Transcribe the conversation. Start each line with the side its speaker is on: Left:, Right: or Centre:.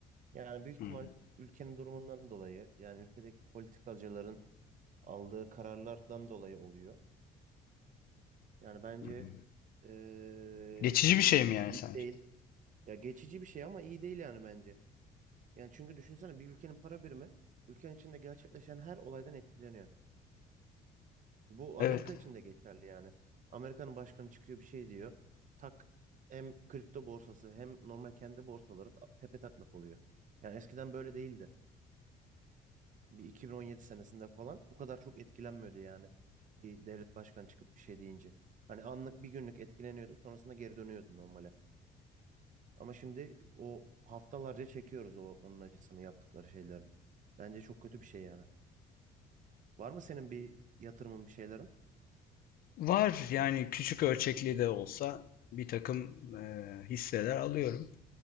Right: Yani büyük
Left: hı,
Right: ihtimal ülkenin durumundan dolayı yani ülkedeki politikacıların aldığı kararlardan dolayı oluyor. Yani bence
Left: hı.
Right: eee,
Left: Geçici bir
Right: bu
Left: şey
Right: düşüş
Left: mi yani
Right: iyi
Left: sence?
Right: değil. Ya geçici bir şey ama iyi değil yani bence. Yani çünkü düşünsene bir ülkenin para birimi ülkenin içinde gerçekleşen her olaydan etkileniyor. Bu
Left: Evet.
Right: Amerika için de geçerli yani. Amerika'nın başkanı çıkıyor bir şey diyor. Tak hem kripto borsası hem normal kendi borsaları ta- tepe taklak oluyor. Yani eskiden böyle değildi. Bir 2017 senesinde falan bu kadar çok etkilenmiyordu yani. Bir devlet başkanı çıkıp bir şey deyince. Hani anlık bir günlük etkileniyordu sonrasında geri dönüyordu normale. Ama şimdi o haftalarca çekiyoruz o onun acısını yaptıkları şeylerin. Bence çok kötü bir şey yani. Var mı senin bir yatırımın bir şeylerin?
Left: Var yani küçük ölçekli de olsa bir takım e, hisseler alıyorum.